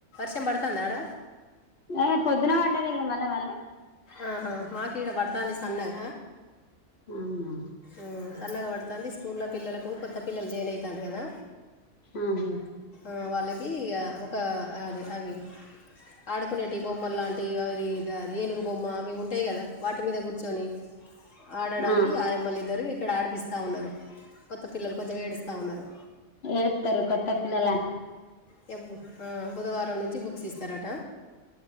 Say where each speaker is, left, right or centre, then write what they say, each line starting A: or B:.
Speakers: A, on the left (about 80°); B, on the left (about 55°).
A: శం పెడ్తాంద ఆడ
B: ఆ పొద్దున పడ్డది ఇగ మళ్ళ వల్ల
A: ఆహా మాకీడ పడ్తాంది సన్నగ
B: అవునా
A: ఉమ్ సన్నగా పడ్తాంది. స్కూల్లో పిల్లలకు కొత్త పిల్లలు జెయిన్ అయితాండ్రు కదా.
B: ఆహా
A: ఆ వాళ్ళకి ఇగ ఒక అది అవి ఆడుకునేటివి బొమ్మలు లాంటివి ఇగా ఆది అవి ఏనుగు బొమ్మ అవి ఉంటాయి కదా, వాటి మీద కూర్చొని ఆడడానికి
B: ఆ
A: ఆయమ్మలు ఇద్దరు ఇక్కడ ఆడిపిస్తా ఉన్నరు, కొత్త పిల్లలు కొంచెం ఏడుస్తా ఉన్నరు.
B: ఏడుతరు కొత్త పిల్లల
A: ఇక బు- ఆ బుధవారం నుంచి బుక్స్ ఇస్తరట